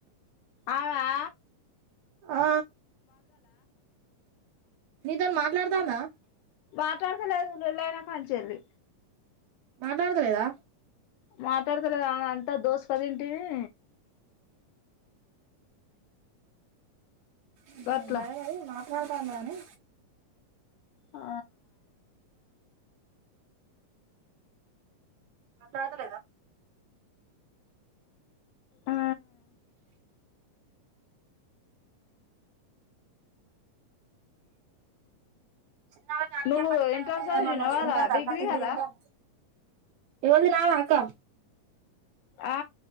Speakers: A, on the left; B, on the right.
A: ఆమా
B: ఆ నీతోన్ మాట్లాడతందా
A: మాట్లాడతలేదు లొల్లైన కాంచెల్లి
B: మాట్లాడత లేదా
A: మాట్లాడతలేదు ఆమెదంత దోస్ క దింటిమీ
B: అహ
A: గట్లా
B: వేరై మా పోతండని
A: ఆ
B: మాట్లాడుతలేదా
A: ఆ
B: చిన్న ఆమెకి ఆరోగ్యం
A: నువ్వు
B: మంచిగ
A: ఇంటర్
B: లేదట
A: చదివినవారా
B: మరి మంచిగ ఉంటాంద
A: డిగ్రీ
B: మరి తిండి
A: కదా
B: తింటాదా ఎవలిది నావ అక్క
A: ఆ